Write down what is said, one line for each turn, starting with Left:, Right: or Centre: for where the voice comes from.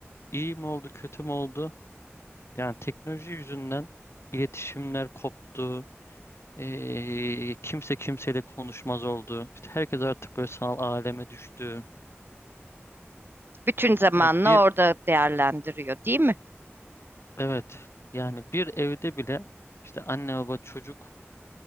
Left: iyi mi oldu, kötü mü oldu? Yani teknoloji yüzünden iletişimler koptu. Eee, kimse kimseyle konuşmaz oldu. İşte herkes artık böyle sanal aleme düştü.
Right: Bütün zamanını
Left: Yani bir
Right: orada değerlendiriyor, değil mi?
Left: evet yani bir evde bile işte anne baba çocuk